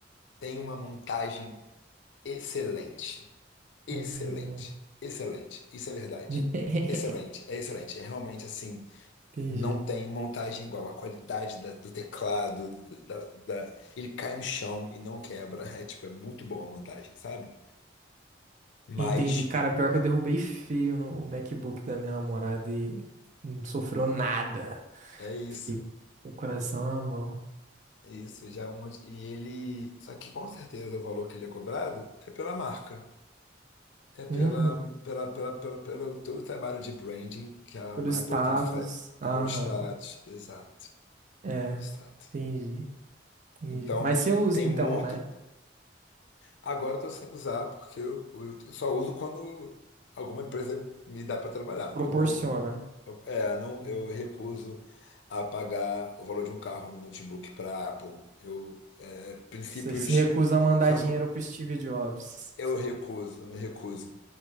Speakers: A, on the left; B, on the right.
A: tem uma montagem excelente, excelente,
B: Hum,
A: excelente. Isso é verdade.
B: <laughs>
A: Excelente, é excelente. É realmente assim,
B: entendi.
A: não tem montagem igual. A qualidade da- do teclado, da, da- ele cai no chão e não quebra. <laughs> É tipo, é muito boa a montagem, sabe? Mas
B: Entendi. Cara, pior que eu derrubei feio no MacBook da minha namorada e não sofreu nada.
A: É isso,
B: Fiquei o coração na mão.
A: é isso. Já é um, e ele. Só que com certeza o valor que ele é cobrado é pela marca. É pela,
B: Uhum.
A: pela, pela, pela, pelo todo o trabalho de branding que a
B: Pelo status.
A: Apple tem feito.
B: Aham.
A: É pelo status. Exato,
B: É.
A: exato.
B: Entendi. Entendi.
A: Então,
B: Mas você usa
A: tem
B: então,
A: muito.
B: né?
A: Agora eu tô sem usar, porque eu, eu só uso quando alguma empresa me dá para trabalhar, porque
B: Proporciona.
A: eu não vou É, não,
B: Hum.
A: eu recuso a pagar o valor de um carro no notebook para Apple. Eu, é, princípios
B: Você se recusa a mandar
A: são,
B: dinheiro pro
A: <laughs>
B: Steve Jobs.
A: eu recuso, eu me recuso,